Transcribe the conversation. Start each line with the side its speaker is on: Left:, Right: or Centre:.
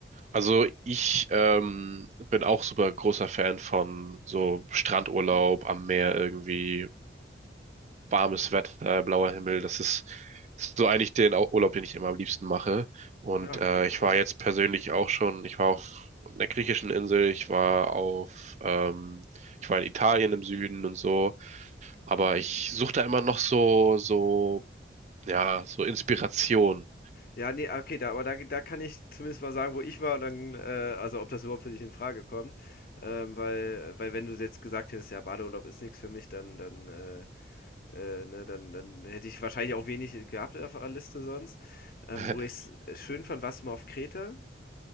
Right: Also ich ähm, bin auch super großer Fan von so Strandurlaub
Left: Hm.
Right: am Meer irgendwie, warmes Wetter, blauer Himmel. Das ist, so eigentlich den Au- Urlaub, den ich immer am liebsten mache. Und
Left: Ja,
Right: äh,
Left: cool,
Right: ich
Left: ja.
Right: war jetzt persönlich auch schon, ich war auf einer griechischen Insel, ich war auf, ähm, ich war in Italien im Süden und so. Aber ich suche da immer noch so, so, ja, so Inspiration.
Left: Ja, ne, okay, da aber da da kann ich zumindest mal sagen, wo ich war und dann, äh also, ob das überhaupt für dich in Frage kommt. Ähm, weil weil wenn du jetzt gesagt hättest: „Ja, Badeurlaub ist nichts für mich“, dann dann, äh äh, ne, dann dann hätte ich wahrscheinlich auch wenig gehabt auf der Liste sonst. Ähm,
Right: <laughs>
Left: wo ich's schön fand, warst du mal auf Kreta?